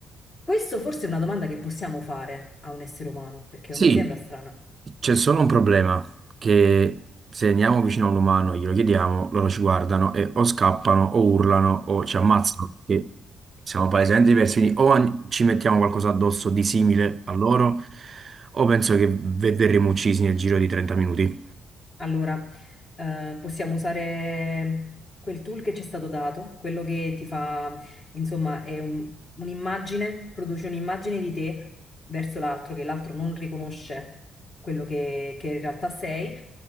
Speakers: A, on the left; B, on the right.
A: Questo forse è una domanda che possiamo fare a un essere umano, perché
B: Sì,
A: non mi sembra strana.
B: c'è solo un problema, che se andiamo vicino a un umano, e glielo chiediamo, loro ci guardano e o scappano o urlano o ci ammazzano, perché siamo palesemente diversi, quindi o an- ci mettiamo qualcosa addosso di simile a loro, o penso che ve- verremo uccisi nel giro di 30 minuti.
A: Allora, eh, possiamo usare quel tool che ci è stato dato, quello che ti fa, insomma, è un- un'immagine, produce un'immagine di te verso l'altro, che l'altro non riconosce quello che, che in realtà sei,